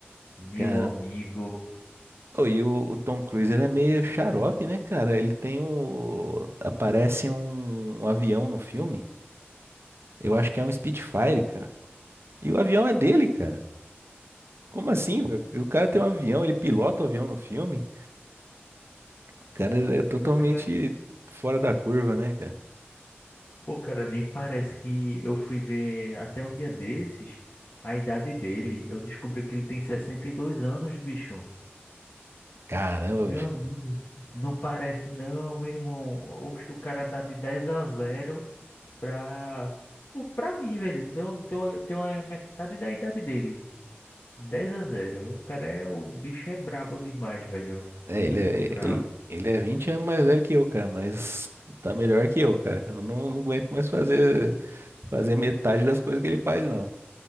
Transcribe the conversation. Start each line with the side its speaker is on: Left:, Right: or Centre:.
Left: Meu
Right: Cara,
Left: amigo,
Right: ô, e o, o Tom Cruise, ele é meio xarope, né, cara? Ele tem o... Aparece um, um avião no filme. Eu acho que é um Spitfire, cara. E o avião é dele, cara. Como assim, velho? O cara tem um avião, ele pilota o avião no filme? O cara é totalmente
Left: o cara,
Right: fora da curva, né, cara?
Left: o cara nem parece que eu fui ver até um dia desses a idade dele. Eu descobri que ele tem 62 anos, bicho.
Right: Caramba,
Left: Meu
Right: bicho.
Left: amigo, não parece não, meu irmão. Oxe, o cara dá de 10 a 0 pra, pra mim, velho. Então, tô- Tem a metade da idade dele. dez a zero O cara é, o bicho é brabo demais, velho.
Right: É,
Left: Muito
Right: ele é,
Left: brabo.
Right: ele, ele é 20 anos mais velho que eu, cara, mas tá melhor que eu, cara. Eu não, não aguento mais fazer, fazer metade das coisas que ele faz, não.